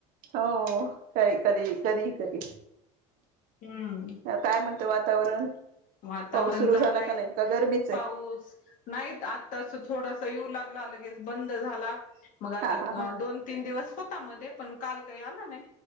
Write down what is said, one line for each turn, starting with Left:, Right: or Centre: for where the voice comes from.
Right: हो काय कधी कधी कधी
Left: हम्म.
Right: काय म्हणतं वातावरण.
Left: वातावरण
Right: पाऊस सुरू
Left: चालूये
Right: झाला का नाही का गरमीच आहे
Left: पाऊस नाहीत आत्तास थोडासा येऊ लाग ला लगेच बंद झाला मग आता
Right: हा हा हा
Left: दोन, तीन दिवस होता मध्ये पण काल काही आला नाही,